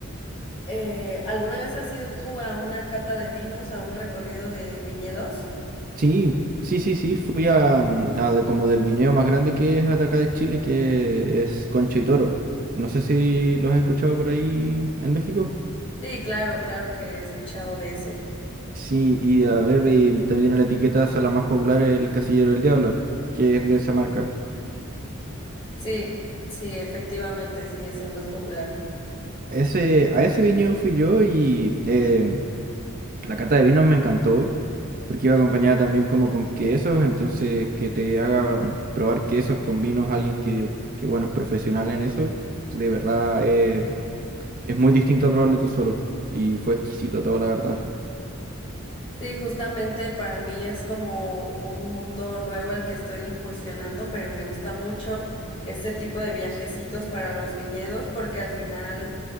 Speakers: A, on the left (about 25°); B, on the right (about 40°).
A: eh, ¿alguna vez has ido tú a una cata de vinos, a un recorrido de viñedos?
B: Sí, sí, sí, sí. Fui a, mm, a de- como del viñedo más grande que es de acá de Chile, que es Concha y Toro. No sé si los has escuchado por ahí en México.
A: Sí, claro, claro que he escuchado de ese.
B: Sí, y a ver, y también tiene la etiqueta, o sea, la más popular, el Casillero del Diablo, que es de esa marca.
A: Sí, sí, efectivamente, sí es el más popular.
B: Ese, a ese viñedo fui yo y em, la cata de vinos me encantó. porque iba acompañada también como con quesos, entonces que te haga mm, probar quesos con vinos alguien que, que bueno, es profesional en eso, de verdad eh, es muy distinto a probarlo tú solo y fue exquisito todo, la verdad.
A: Sí, justamente para mí es como un mundo nuevo al que estoy incursionando, pero me gusta mucho este tipo de viajecitos para los viñedos porque al final,